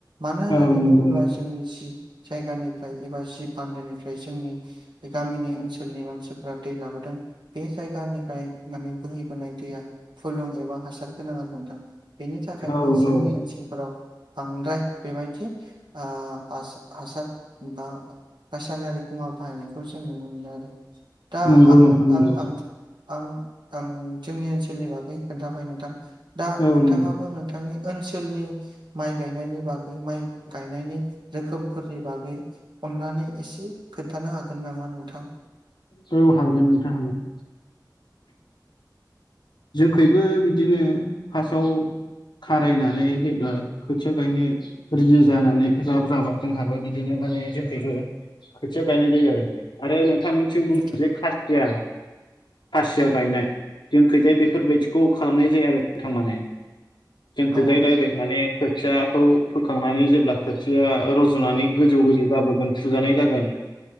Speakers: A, on the right; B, on the left.
A: मानो होननानै
B: औ नंगौ
A: बुङोब्ला
B: नोंथां
A: जों मि जि- जायगानिफ्राय एबा जि बान्दोनिफ्राय जोंनि बे गामिनि ओनसोलनि मानसिफ्रा दै लाबोदों बे जायगानिफ्राय माने बोहैबोनाय दैया फुलुं एबा हासार गोनां आरो नोंथां। बेनि थाखायनो
B: औ औ
A: जोंनि ओनसोलफोराव बांद्राय बेबायदि ओ हासार बा रासायनारि मुवा बाहायनायखौ जों नुनो मोनो आरो। दा
B: नंगौ
A: आंनो
B: नोंथां नंगौ
A: आं आं आं आं जोंनि ओनसोलनि बागै खोन्थाबाय नोंथां दा
B: औ
A: नोंथाङाबो
B: नंगौ
A: नोंथांनि ओनसोलनि माइ गायनायनि बागै माइ गायनायनि रोखोमफोरनि बागै अननानै एसे खोन्थानो हागोन नामा नोंथां?
B: औ हागोन नोंथां हागोन। जोंखैबो बिदिनो फार्स्टआव खारायनानै जेब्ला खोथिया गायनो रिदि जानानै जाब जाबा जोंहाबो बिदिनो माने जोंखैबो
A: औ
B: खोथिया गायनाय जायो आरो आरो नोंथांमोनसिम
A: नंगौ
B: बुङो जे खा- सिया खासिया
A: नोंथां
B: गायनाय जोंखैजाय बेफोरबायदिखौ खालामनाय बिदि आरो थारमाने जोंखौ
A: औ
B: जाय डाइरेक माने खोथियाखौ फोखांनानै जेब्ला खोथिया रज'नानै गोजौ गोजौ जाबोगोन फुजानाय जागोन